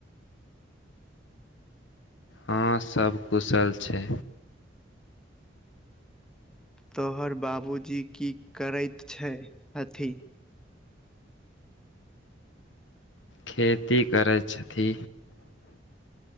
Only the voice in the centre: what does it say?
तोहर बाबुजी की करैत छै, छथि।